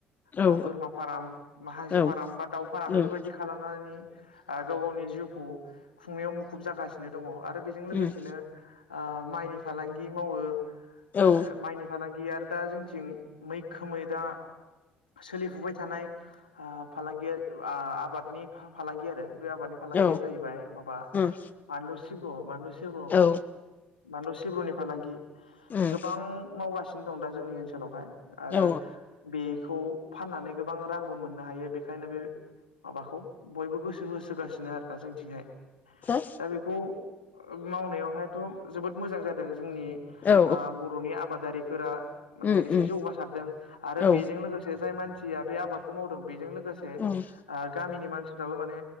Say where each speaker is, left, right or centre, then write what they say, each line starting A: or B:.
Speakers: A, on the left (about 35°); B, on the left (about 80°).
A: औ
B: ओ बोरमा फाराम बा हांसो
A: औ
B: फाराम बा दाउ फाराम
A: ओं
B: बेफोरबायदि खालामनानै गाव गावनि जिउखौ खुंनायाव मुखुब जागासिनो दङ' आरो। बेजों लोगोसेनो
A: उम
B: ओ माइनि फालांगि मावो
A: औ
B: आरो माइनि फालांगि आरो! दा जोंथिं मैखोमै दा सोलिफुबाय थानाय ओ फालांगिया आबादनि फालांगि आरो। बे आबादनि फालांगिया
A: औ
B: जाहैबाय माबा
A: उम
B: बानलु सिब्र बानलु सिब्र
A: औ
B: बानलु सिब्रनि फालांगि
A: उम
B: गोबां मावगासि दं दा जोंनि ओनसोलावहाय आरो
A: औ
B: बि बेखौ फाननानै गोबां रांबो मोननो हायो बेखायनो बे माबाखौ बयबो गोसो होसोगासिनो आरोना जोंथिंहाय
A: हो
B: दा बेखौ। मावनायाव बेहायथ' जोबोद मोजां जादों। जोंनि
A: औ
B: ओ बर'नि आबादारि फोरा
A: उम
B: माने एसे
A: उम
B: जौगासारदों आरो
A: औ
B: बेजों लोगोसे जाय मानसि या बे आबादखौ मावदों बेजों लोगोसे ओ
A: उम
B: गामिनि मानसिफ्राबो माने